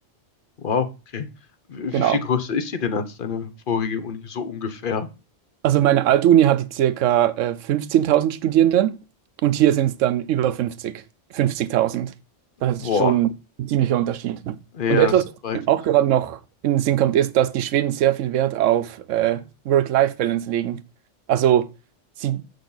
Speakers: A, on the left; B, on the right.
A: Wow, okay. Wie
B: Genau.
A: wie viel größer ist die denn als deine vorige Uni? So ungefähr.
B: Also meine alte Uni hatte circa äh, 15.000 Studierende und hier sind es dann über 50, 50.000. Das
A: Boah,
B: ist schon ein ziemlicher Unterschied.
A: ja,
B: Und etwas,
A: das ist
B: was
A: gewaltig.
B: mir auch gerade noch in den Sinn kommt, ist, dass die Schweden sehr viel Wert auf äh, Work-Life-Balance legen. Also sie